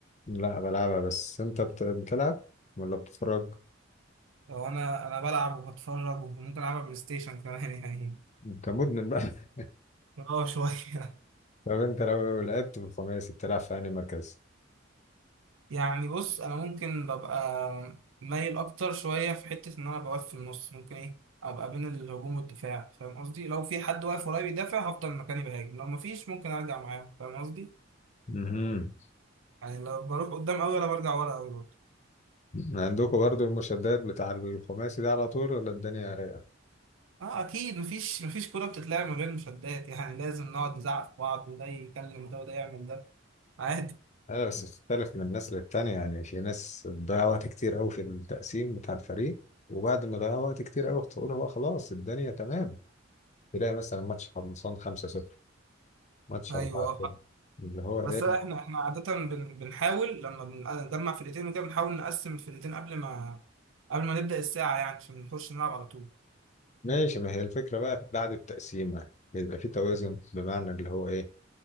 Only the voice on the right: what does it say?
لو انا انا بلعب وبتفرج وممكن العبها بلاي ستيشن كمان <laughs> يعني
اه شويه <laughs>
يعني بص انا ممكن ببقى مايل اكتر شويه في حته ان انا بوقف في النص ممكن ايه ابقى بين الهجوم والدفاع فاهم قصدي لو في حد واقف ورايا بيدافع هفضل مكاني بهاجم لو مفيش ممكن ارجع معاه فاهم قصدي
يعني لو بروح قدام قوي ولا برجع ورا قوي برضه
اه اكيد مفيش مفيش كوره بتتلعب من غير مشادات يعني لازم نقعد نزعق في بعض وده يكلم ده وده يعمل ده عادي
ايوه
بس احنا احنا عادة بن- بنحاول لما بنجمع فرقتين وكده بنحاول نقسم الفرقتين قبل ما قبل ما نبدأ الساعة يعني عشان نخش نلعب على طول